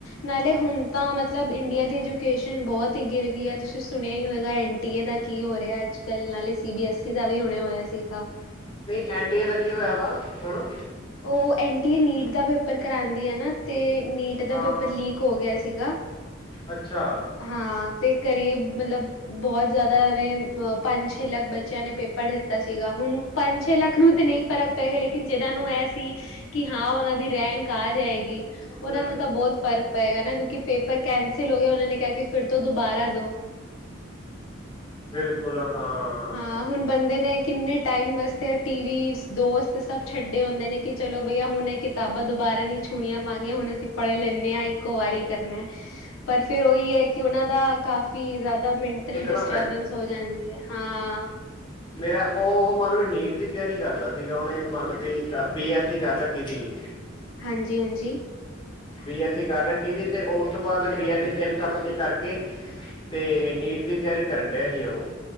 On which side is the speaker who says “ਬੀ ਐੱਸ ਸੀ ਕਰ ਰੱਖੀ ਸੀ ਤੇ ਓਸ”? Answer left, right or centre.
Left